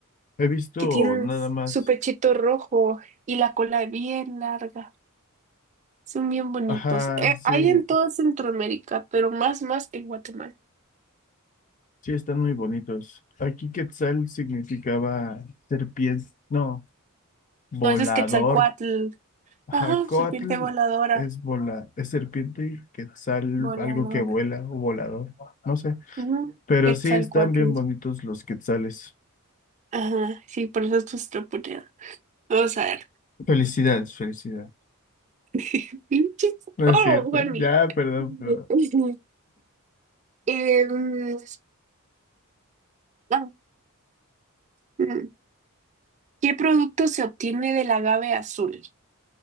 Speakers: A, on the left (about 35°); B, on the right (about 30°).
A: he visto
B: que tienen
A: nada más.
B: su pechito rojo y la cola bien larga. Son bien bonitos.
A: Ajá,
B: Eh,
A: sí,
B: hay en toda Centroamérica, pero más, más en Guatemala.
A: sí, están muy bonitos. Aquí quetzal significaba serpiente, no, volador.
B: No, ese es Quetzalcóatl.
A: Jacotl
B: Ajá, serpiente voladora.
A: es vola, es serpiente y quetzal,
B: Voladora.
A: algo que vuela o volador, no sé.
B: Ujú,
A: Pero
B: Quetzalcóatl.
A: sí están bien bonitos los quetzales.
B: Ajá, sí, por eso es nuestra moneda. Vamos a ver.
A: Felicidades, felicidades.
B: <laughs> Pinches-
A: No
B: Oh,
A: es cierto.
B: Juanmi.
A: Ya, perdón,
B: <laughs>
A: perdón.
B: Em, ah, mm. ¿qué producto se obtiene del agave azul?